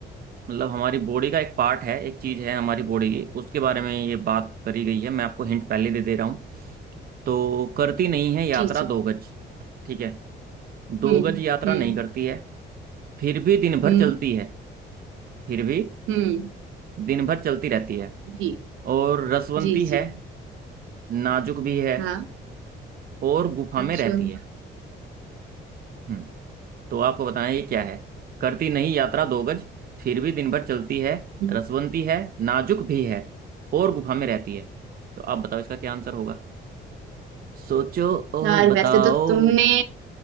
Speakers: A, on the right; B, on the right.
A: मतलब हमारी बॉडी का एक पार्ट है एक चीज़ है हमारी बॉडी की तो उसके बारे में ये बात करी गई है मैं आपको हिंट पहले दे दे रहा हूँ तो करती नहीं है यात्रा
B: जी जी
A: दो गज ठीक है दो
B: हम्म
A: गज यात्रा
B: हम्म
A: नहीं करती है फिर भी दिन भर
B: हम्म
A: चलती है फिर भी
B: हम्म
A: दिन भर चलती रहती है
B: जी
A: और रसवंती
B: जी
A: है
B: जी
A: नाजुक भी है
B: हाँ
A: और गुफा
B: अच्छा
A: में रहती
B: हम्म
A: है हम्म तो आपको बताना है ये क्या है करती नहीं यात्रा दो गज फिर भी दिन भर चलती है
B: हम्म।
A: रसवंती है नाजुक भी है और गुफा में रहती है तो आप बताओ इसका क्या आंसर होगा सोचो और
B: यार
A: बताओ
B: वैसे तो तुमने